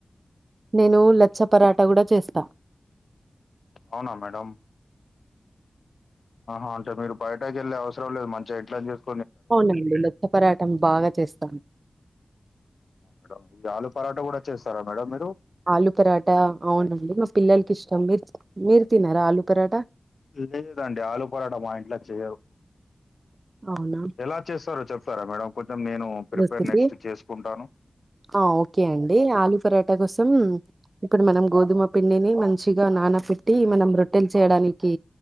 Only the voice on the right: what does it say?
నేను లచ్చ పరాట కూడా చేస్తా
అవునండి మెత్త పరాటం బాగా చేస్తాను
ఆలు పరాట అవునండి మా పిల్లలకి ఇష్టం మీరు మీరు తినారా ఆలు పరాట
అవునా
రెసిపీ
ఆ ఓకే అండి ఆలూ పరాటా కోసం ఇప్పుడు మనం గోధుమ పిండిని మంచిగా నానపెట్టి మనం రొట్టెలు చేయడానికి